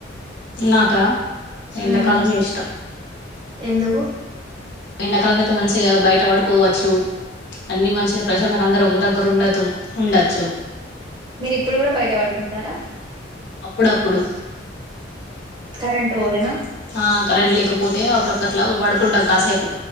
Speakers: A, on the left; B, on the right.
A: నాకా ఎండ
B: ఉమ్
A: కాలమే ఇష్టం
B: ఎందుకు
A: ఎండాకాలం అయితే మంచిగా బయట పడుకోవచ్చు అన్ని మంచిగా ప్రశాంతంగా అందరు ఒకరి దగ్గర ఉండచ్చు ఉండొచ్చు
B: మీరు ఇప్పుడు కూడా బయట పడుకుంటారా
A: అప్పుడు అప్పుడు
B: కరెంట్ పోతేనా
A: ఆ కరెంట్ లేకపోతే అప్పుడప్పుడు అట్లా పడుకుంటాం కాసేపు